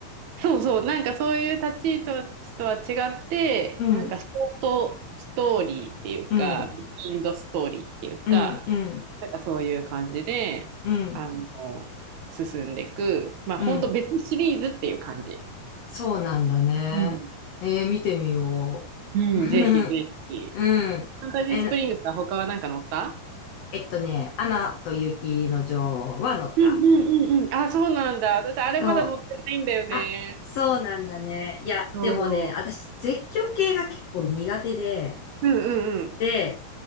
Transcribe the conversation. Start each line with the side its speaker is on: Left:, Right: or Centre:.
Right: そうそう、なんかそういう立ち位置とは違って、
Left: うん、
Right: なんかショートストーリーっていうか、
Left: うん、
Right: ビハインドストーリーっていうか、
Left: うん、うん、
Right: なんかそういう感じで、
Left: うん、
Right: あの、進んでいく、まあ本当別シリーズっていう感じ。
Left: うん。そうなんだね。
Right: うん。
Left: ええ見てみよう。
Right: うん、
Left: <laughs>
Right: ぜひぜひ。
Left: うん。
Right: ファンタジースプリングスは他はなんか乗った
Left: え、えっとね、アナと雪の女王は乗った。
Right: うんうんうんうん。あ、そうなんだ。私、あれまだ乗ってないんだよね。
Left: そう。あ、そうなんだね。いや、
Right: そう。
Left: でもね、私、絶叫系が結構苦手で、
Right: うんうんうん。
Left: で、